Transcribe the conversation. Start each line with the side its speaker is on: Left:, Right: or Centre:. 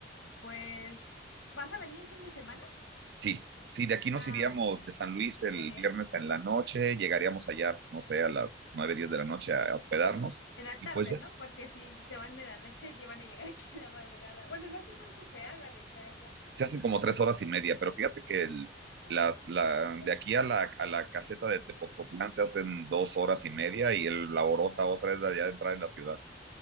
Left: pues, ¿vas a venir en fin de semana?
Right: Sí, sí, de aquí nos
Left: Ah,
Right: iríamos de San Luis
Left: sí.
Right: el viernes en la noche, llegaríamos allá, pues, no sé, a las nueve, diez de la noche a hospedarnos
Left: En la
Right: y
Left: tarde,
Right: pues ya,
Left: ¿no? Porque si se van en la noche, ya van a llegar <laughs> aquí en la madrugada. Bueno, no sé cuánto se haga de acá ya.
Right: se hacen como tres horas y media, pero fíjate que el-
Left: Ah,
Right: las, la,
Left: poco.
Right: de aquí a la, a la caseta de Tepoztlán se hacen dos horas y media y el, la orota
Left: oh
Right: otra es de allá de entrar en la ciudad,